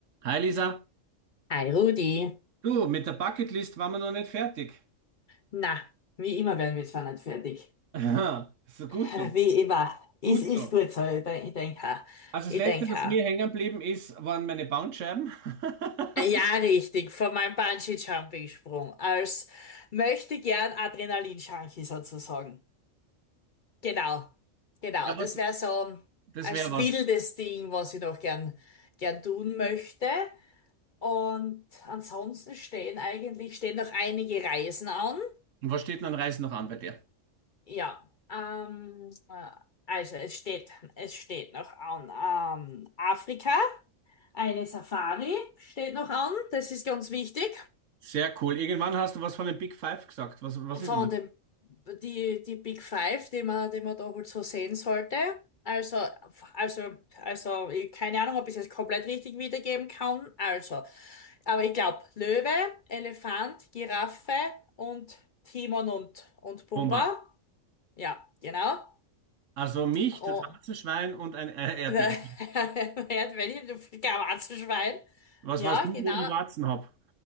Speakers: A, on the right (about 75°); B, on the left (about 50°).
A: Hi Lisa,
B: Hi Rudi.
A: du, mit der Bucketlist waren wir noch nicht fertig.
B: Na, wie immer werden wir zwar nicht fertig.
A: <laughs> Aha, so
B: <laughs>
A: gut so,
B: Wie immer. Es
A: gut
B: ist
A: so.
B: gut so. Ich denke, ich denk auch.
A: Also
B: Ich
A: das Letzte,
B: denk
A: was
B: auch.
A: mir hängen geblieben ist, waren meine Bandscheiben. <laughs>
B: Ja, richtig. Von meinem Bungee-Jumping-Sprung. Als möchte gern Adrenalin-Junkie sozusagen. Genau. Genau.
A: Ja,
B: Das
A: was,
B: wäre so
A: das
B: als
A: wäre was.
B: wildes Ding, was ich noch gern, gern tun möchte. Und ansonsten stehen eigentlich, stehen noch einige Reisen an.
A: Und was steht denn an Reisen noch an bei dir?
B: Ja, ähm, äh, also es steht, es steht noch an ähm, Afrika. Eine Safari steht noch an, das ist ganz wichtig.
A: Sehr cool. Irgendwann hast du was von den Big Five gesagt. Was, was
B: Von
A: ist denn das?
B: dem, die, die Big Five, die man, die man da wohl so sehen sollte. Also, also, also, ich, keine Ahnung, ob ich es jetzt komplett richtig wiedergeben kann. Also, aber ich glaube, Löwe, Elefant, Giraffe und Timon und, und Pumba.
A: Bomba.
B: Ja, genau.
A: Also mich,
B: Oh.
A: das Warzenschwein und ein äh,
B: <laughs>
A: Erdmännchen.
B: Hört, wenn ich, du Schwein.
A: Was
B: Ja,
A: weißt du,
B: genau.
A: wo ich Warzen hab?